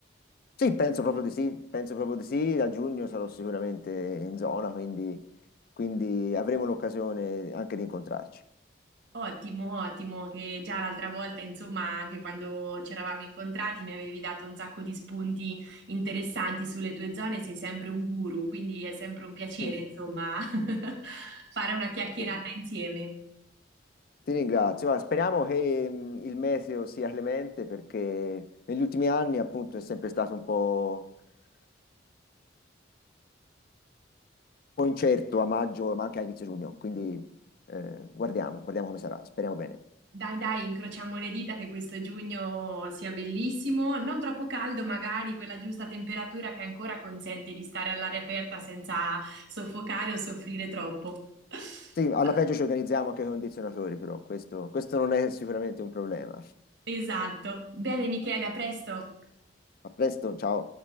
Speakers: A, on the left; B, on the right.
A: Sì, penso proprio di sì, penso proprio di sì. A giugno sarò sicuramente in zona, quindi, quindi avremo l'occasione anche di incontrarci.
B: Ottimo, ottimo, che già l'altra volta, insomma, anche quando ci eravamo incontrati mi avevi dato un sacco di spunti interessanti sulle tue zone, sei sempre un guru, quindi è sempre un piacere,
A: <laughs>
B: insomma, <laughs> fare una chiacchierata
A: Sì,
B: insieme.
A: Ti ringrazio. Guarda, speriamo che mh, il meteo sia clemente perché negli ultimi anni appunto è sempre stato un po', un po' incerto a maggio, ma anche a inizio giugno. Quindi eh, guardiamo, guardiamo come sarà. Speriamo bene.
B: Dai, dai, incrociamo le dita che questo giugno sia bellissimo, non troppo caldo, magari quella giusta temperatura che ancora consente di stare all'aria aperta senza soffocare o soffrire troppo. <laughs>
A: Sì, alla peggio ci organizziamo anche con i condizionatori, però questo, questo non è sicuramente un problema.
B: Esatto. Bene, Michele, a presto.
A: A presto, ciao.